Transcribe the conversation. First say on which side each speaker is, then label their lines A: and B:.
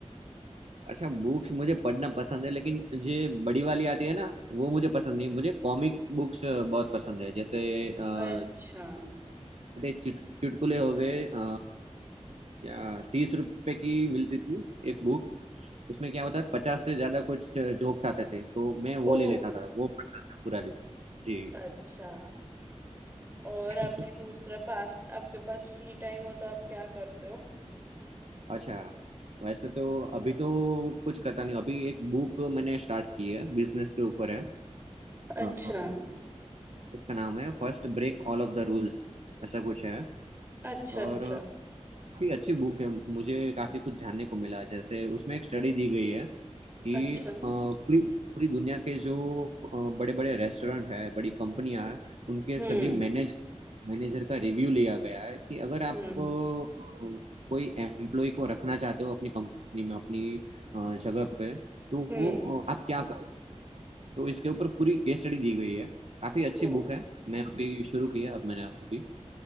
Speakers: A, on the right (about 65°); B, on the right (about 20°).
A: अच्छा बुक्स मुझे पढ़ना पसंद है लेकिन ये बड़ी वाली आती है ना वो मुझे पसंद नहीं है मुझे कॉमिक बुक्स बहुत पसंद है जैसे छोटे
B: अच्छा
A: छोटे चुट, चुटकुले हो गए अ, क्या तीस रुपए की मिलती थी एक बुक उसमें क्या होता है पचास से ज्यादा कुछ जोक्स आते थे तो मैं वो
B: ओ
A: ले लेता था वो पढ़ता था पूरा दिन जी
B: अच्छा और
A: <laughs>
B: आपकी दूसरा पास आपके पास फ्री टाइम हो तो आप क्या करते हो
A: अच्छा वैसे तो अभी तो कुछ करता नहीं अभी एक बुक मैंने स्टार्ट की है बिजनेस के ऊपर है
B: अच्छा
A: उसका नाम है first break all of the rules ऐसा कुछ है
B: अच्छा
A: और
B: अच्छा
A: अ, काफी अच्छी बुक है मुझे काफी कुछ जानने को मिला जैसे उसमें एक स्टडी दी गई है कि
B: अच्छा
A: अ, पूरी पूरी दुनिया के जो बड़े बड़े रेस्टोरेंट है बड़ी कंपनियां हैं उनके
B: हम्म
A: सभी मैनेज मैनेजर का रिव्यू लिया गया है कि अगर आप
B: हम्म
A: अ, कोई एम्प्लॉय को रखना चाहते हो अपनी कंपनी में अपनी अ, जगह पे तो
B: हम्म
A: वो अ, आप क्या करो तो इसके ऊपर पूरी केस स्टडी दी गई है काफी अच्छी
B: ओ
A: बुक है मैं हम्म। अभी शुरू की है अब मैंने अभी